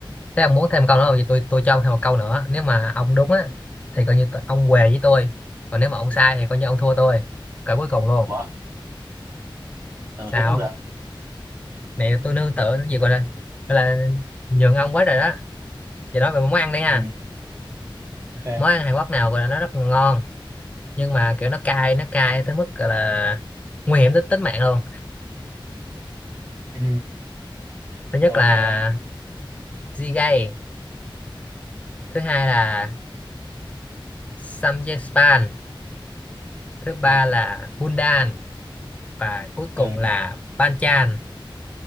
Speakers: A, on the left; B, on the right.
A: Thế ông muốn thêm câu nữa không? thì tôi tôi cho ông thêm một câu nữa nếu mà ông đúng á thì coi như t- ông què với tôi còn nếu mà ông sai thì coi như ông thua tôi cỡ cuối cùng luôn
B: ủa ừ,
A: sao
B: thế cũng được
A: này tôi nương tựa cái gì gọi là gọi là nhường ông quá rồi đó giờ nói về món ăn đi ha
B: ừ. ok
A: món ăn Hàn Quốc nào gọi là nó rất là ngon nhưng mà kiểu nó cay nó cay tới mức gọi là nguy hiểm tới tính mạng luôn
B: Ừ,
A: thứ nhất
B: ok.
A: là Jjigae thứ hai là Samgyeopsal thứ ba
B: Ừ,
A: là Bundan và cuối cùng
B: ừ.
A: là Banchan